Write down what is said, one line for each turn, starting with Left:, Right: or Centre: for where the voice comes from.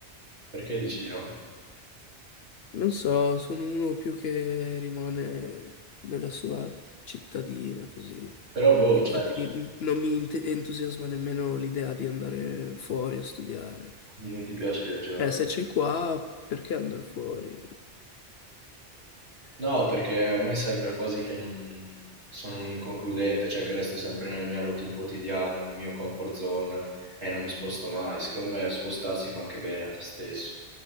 Right: Perché dici di no?
Left: Non so, sono uno più che rimane nella sua cittadina, così.
Right: Però boh,
Left: Infatti
Right: certo,
Left: n- non mi ent- entusiasma nemmeno l'idea di andare fuori a studiare.
Right: quindi non ti piace viaggiare.
Left: Cioè, se c'è qua, perché andare fuori?
Right: No, perché a me sembra quasi che non- sono un inconcludente, cioè che resto sempre nella mia routine quotidiana, nel mio comfort zone e non mi sposto mai. Secondo me spostarsi fa anche bene a te stesso,